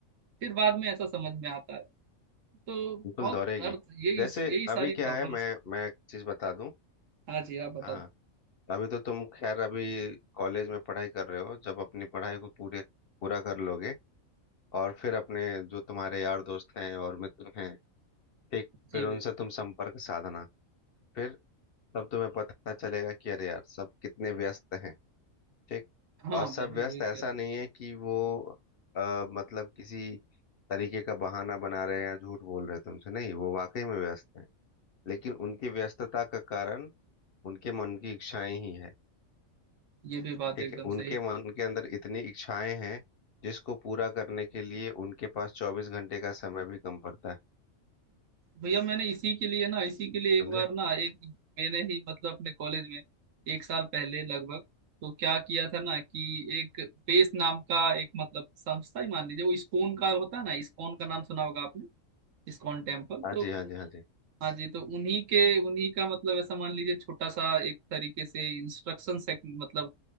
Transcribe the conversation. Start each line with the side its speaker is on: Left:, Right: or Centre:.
Right: फिर बाद में ऐसा समझ में आता है तो बहुत
Left: बिल्कुल दौड़ेगी
Right: अर्थ यही
Left: जैसे
Right: यही सारी
Left: अभी
Right: प्रॉब्लम्स
Left: क्या है मैं मैं एक चीज बता दूं
Right: है हाँ जी आप बता
Left: हाँ अभी तो तुम खैर अभी कॉलेज में पढ़ाई कर रहे हो जब अपनी पढ़ाई को पूरे पूरा कर लोगे और फिर अपने जो तुम्हारे यार दोस्त हैं और मित्र हैं ठीक फिर
Right: जी भैया।
Left: उनसे तुम संपर्क साधना फिर तब तुम्हें पता चलेगा कि अरे यार सब कितने व्यस्त हैं ठीक
Right: हाँ
Left: और सब
Right: मैं भी
Left: व्यस्त
Right: वही कह
Left: ऐसा
Right: रहा हूँ
Left: नहीं है कि वो आ, मतलब किसी तरीके का बहाना बना रहे हैं या झूठ बोल रहे हैं तुमसे नहीं वो वाकई में व्यस्त हैं लेकिन उनकी व्यस्तता का कारण उनके मन की इच्छाएं ही हैं
Right: ये भी बात
Left: ठीक
Right: एकदम
Left: है
Right: सही
Left: उनके
Right: है
Left: मन के अंदर इतनी इच्छाएं हैं जिसको पूरा करने के लिए उनके पास चौबीस घंटे का समय भी कम पड़ता है
Right: भैया मैंने इसी के लिए ना इसी के लिए
Left: समझे
Right: एक बार ना एक मैंने ही मतलब अपने कॉलेज में एक साल पहले लगभग तो क्या किया था ना कि एक बेस नाम का एक मतलब संस्था ही मान लीजिए वो इस्कॉन का होता है ना इस्कॉन का नाम सुना होगा आपने इस्कॉन टेम्पल
Left: हाँ
Right: तो
Left: जी हाँ जी हाँ जी
Right: हाँ जी तो उन्हीं के उन्हीं का मतलब ऐसा मान लीजिए छोटा सा एक तरीके से इंस्ट्रक्शन से, मतलब